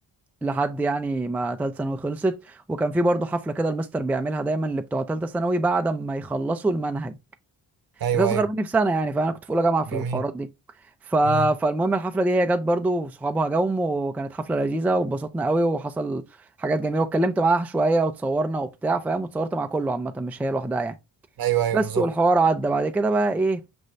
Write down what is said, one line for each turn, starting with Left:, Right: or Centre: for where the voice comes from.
Centre: لحد يعني ما تالتة ثانوي خلصت وكان في برضه حفله كده المستر بيعملها دايما لبتوع تالتة ثانوي بعد ما يخلصوا المنهج
Right: ايوه
Centre: كانت اصغر
Right: ايوه
Centre: مني بسنه يعني فانا كنت في اولى جامعه في
Right: جميل
Centre: الحوارات دي ف...
Right: امم
Centre: فالمهم الحفله دي هي جت برضو وصحابها جم وكانت حفله لذيذه واتبسطنا قوي وحصل حاجات جميله واتكلمت معاها شويه وتصورنا وبتاع فاهم وتصورت مع كله عامه مش هي لوحدها يعني
Right: ايوه ايوه
Centre: بس
Right: بالظبط
Centre: والحوار عدى بعد كده بقى ايه